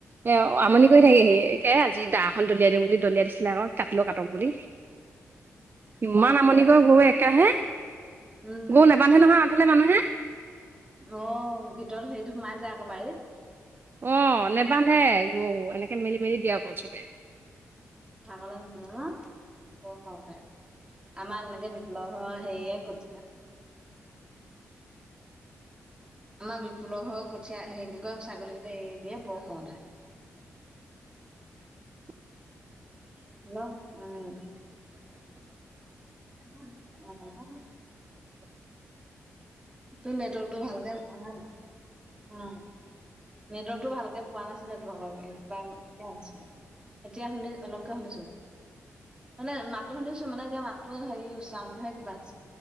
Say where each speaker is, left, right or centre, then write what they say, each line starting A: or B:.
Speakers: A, on the right (about 40°); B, on the right (about 15°).
A: এ আমনি
B: অ'।
A: কৰি থাকেহি তাকে আজি দাখন দলিয়াই দিম বুলি দলিয়াই দিছিলে আক'। কাটিলেও কাটক বুলি, ‌ ইমান
B: খং উঠিলে
A: আমনি কৰে গৰু একেৰাহে।
B: উম
A: গৰু নেবান্ধে নহয় আগফালে মানুহে।
B: ল, ভিতৰত হেৰিত সোমাই যায় আকৌ বাৰীত।
A: অ নেবান্ধে গৰু এনেকে মেলি - মেলি দিয়া অকল চবে।
B: কথা কলে নুশুনিলে, বৰ খং উঠে। আমাৰ তেনেকে বিপুলৰ ঘৰৰ হেৰিয়ে কট উম। আমাৰ বিপুলৰ ঘৰৰ কঠীয়া সেইলোকৰ ছাগলীকেইটা এৰি দিয়ে বৰ খং উঠে হয়।
A: <inaudible>
B: হেল্ল উম। উম। তোৰ নেটৱৰ্কটো ভালকে অহাই নাই, উম নেটৱৰ্কটো ভালকে পোৱা নাছিলে তোমালোকৰ এ কিবা একে আহিছিলে এতিয়া শুনি অলপকে শুনিছো। মানে মাতটো শুনিছো মানে কিবা মাতটো হেৰি চাউণ্ডটোহে কিবা আছে।